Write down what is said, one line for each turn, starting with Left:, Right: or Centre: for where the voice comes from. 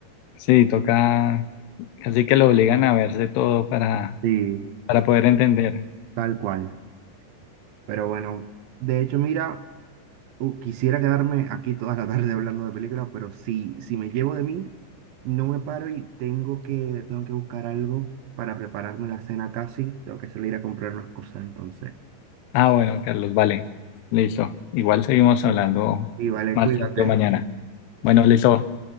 Left: sí, toca, así que lo obligan a verse todo para,
Right: Sí,
Left: para poder entender.
Right: tal cual. Pero bueno, de hecho, mira. Uh, quisiera quedarme aquí toda la tarde hablando de películas, pero si, si me llevo de mí, no me paro y tengo que, tengo que buscar algo para prepararme la cena casi. Tengo que salir a comprar unas cosas entonces.
Left: Ah, bueno, Carlos, vale, listo. Igual seguimos hablando
Right: Y vale,
Left: más
Right: cuídate.
Left: tarde mañana. Bueno, listo.